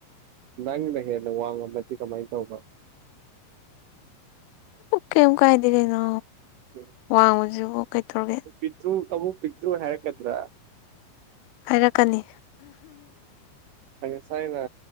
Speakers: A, on the right (about 80°); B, on the left (about 85°).
A: ꯅꯪꯦ ꯋꯥ ꯀꯃꯥꯏ ꯇꯕ
B: ꯀꯝ ꯀꯥꯏꯗꯒꯅ
A: ꯎꯝ
B: ꯋꯥꯡꯉꯨꯁꯤꯕꯨ ꯀꯩꯊꯧꯔꯒꯦ
A: ꯄꯤꯇꯨ ꯑꯕꯨ ꯄꯤ꯭ꯔ ꯍꯦꯛꯗ꯭ꯔꯥ
B: ꯍꯥꯏꯔꯛꯀꯅꯤ
A: ꯑꯁꯥꯏꯅ